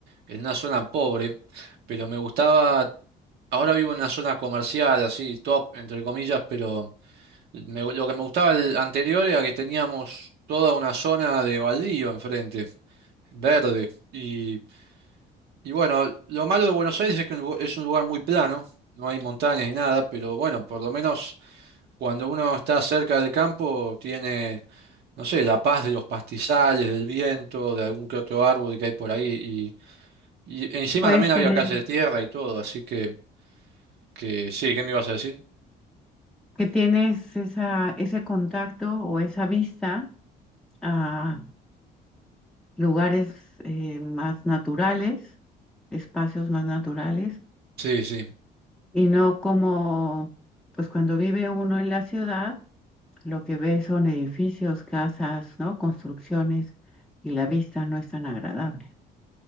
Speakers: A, on the right; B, in the centre.
A: en una zona pobre, pero me gustaba, ahora vivo en una zona comercial, así, top, entre comillas, pero... Me- lo que me gustaba el anterior era que teníamos toda una zona de baldío enfrente, verde. Y, y bueno, lo malo de Buenos Aires es que un lu- es un lugar muy plano, no hay montañas ni nada, pero bueno, por lo menos cuando uno está cerca del campo tiene, no sé, la paz de los pastizales, del viento, de algún que otro árbol que hay por ahí. Y, y encima
B: Puedes
A: también había
B: tener
A: calle de tierra y todo, así que, que sí, ¿qué me ibas a decir?
B: que tienes esa, ese contacto o esa vista a lugares eh, más naturales, espacios más naturales,
A: Sí, sí,
B: y no como, pues cuando vive uno en la ciudad, lo que ve son edificios, casas, ¿no? Construcciones, y la vista no es tan agradable.